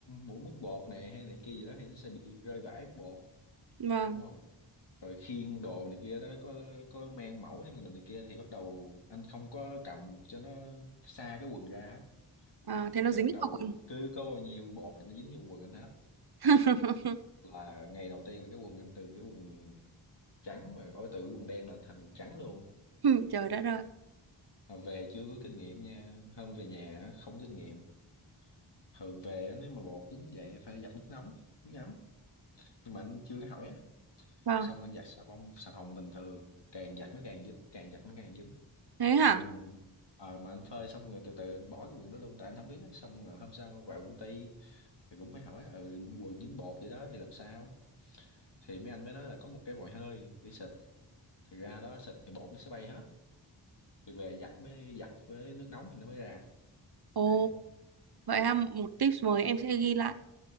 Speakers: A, on the left; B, on the right.
A: mỗi múc bột này hay này kia gì đó thì nó sẽ bị rơi vãi bột
B: Vâng,
A: đúng không rồi khiên đồ này kia đó có có mang mẫu này mang đồ này kia thì bắt đầu anh không có cầm cho nó xa cái quần ra á,
B: à, thế nó
A: thì
B: dính
A: bắt đầu
B: vào quần.
A: cứ có bao nhiêu bột thì nó dính vô quần anh hết
B: <laughs>
A: là ngày đầu tiên là cái quần anh từ cái quần trắng mà ở từ quần đen là anh thành trắng luôn
B: <laughs> Trời đất ơi.
A: mà về chưa có kinh nghiệm nha hôm về nhà á, không có kinh nghiệm thường về á, nếu mà bột dính vậy phải giặt nước nóng nước ấm nhưng mà anh chưa có hỏi á
B: Vâng,
A: xong anh giặt xà bông xà phòng bình thường càng giặt nó càng dính càng giặt nó càng dính
B: thế hả?
A: xong anh ờ mà anh phơi xong rồi từ từ anh bỏ cái quần đó luôn tại anh không biết á xong rồi hôm sau vào công ty thì cũng mới hỏi ừ quần dính bột vậy đó thì làm sao thì mấy anh mới nói là có một cái vòi hơi để xịt thì ra đó xịt thì bột nó sẽ bay hết thì về giặt mới giặt với nước nóng thì nó mới ra
B: Ồ,
A: Đấy.
B: vậy ha, một tips mới em sẽ ghi lại.